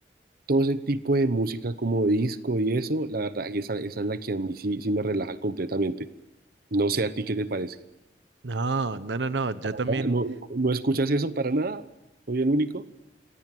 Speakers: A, on the right; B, on the right.
A: todo ese tipo de música como disco y eso, la verdad, que esa, esa es la que a mí sí, sí me relaja completamente. No sé a ti qué te parece.
B: no, no, no, no, yo
A: ¿Ah?
B: también,
A: ¿No, no escuchas eso para nada? ¿Soy el único?